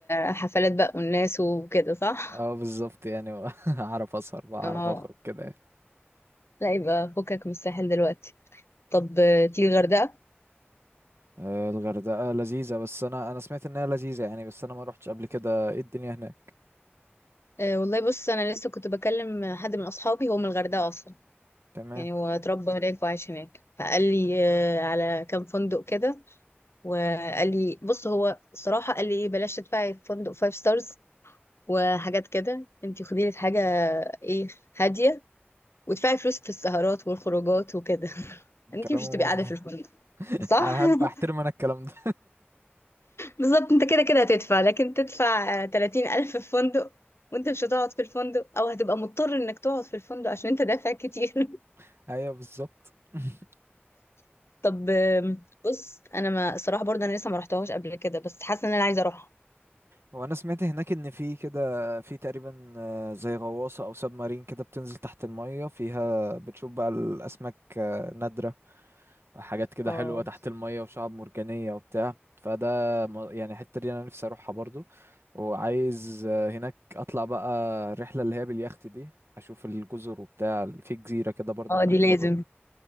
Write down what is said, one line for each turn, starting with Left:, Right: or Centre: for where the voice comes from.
Left: الحفلات بقى والناس وكده صح
Right: اه بالظبط يعني <laughs> اعرف اسهر بقى اعرف
Left: اه
Right: اخرج كده يعني.
Left: لا يبقى فكك من الساحل دلوقتي طب آه، تيجي الغردقة
Right: آه، الغردقة لذيذة بس أنا أنا سمعت إنها لذيذة يعني بس أنا ما روحتش قبل كده إيه الدنيا هناك
Left: آه، والله بص انا لسه كنت بكلم حد من اصحابي هو من الغردقة اصلا
Right: تمام
Left: يعني هو اتربى هناك وعايش هناك فقال لي آه، على كام فندق كده وقال لي بص هو الصراحه قال لي إيه، بلاش تدفعي في فندق فايف ستارز وحاجات كده انت خدي لك حاجه ايه هاديه وادفعي فلوسك في السهرات والخروجات وكده <laughs> انت
Right: كلامه
Left: مش هتبقي
Right: مظبوط
Left: قاعده في الفندق
Right: <laughs>
Left: صح
Right: أنا أحب أحترم
Left: <laughs>
Right: أنا الكلام ده
Left: بالظبط انت كده كده هتدفع لكن تدفع تلاتين ألف في فندق وانت مش هتقعد في الفندق او هتبقى مضطر انك تقعد في الفندق عشان انت دافع كتير
Right: <laughs> أيوه بالظبط <laughs>
Left: <laughs> طب آم، بص انا ما الصراحه برضه انا لسه ما رحتهاش قبل كده بس حاسه ان انا عايزه اروحها
Right: وأنا سمعت هناك إن في كده في تقريبا آه، زي غواصة أو سب مارين كده بتنزل تحت المية فيها بتشوف بقى الأسماك آه، نادرة حاجات كده
Left: اه
Right: حلوة تحت المية وشعب مرجانية وبتاع فده م- يعني الحتة دي أنا نفسي أروحها برضو وعايز آه، هناك أطلع بقى الرحلة اللي هي باليخت دي أشوف الجزر وبتاع في جزيرة كده برضو
Left: اه
Right: هناك
Left: دي لازم
Right: في الغ...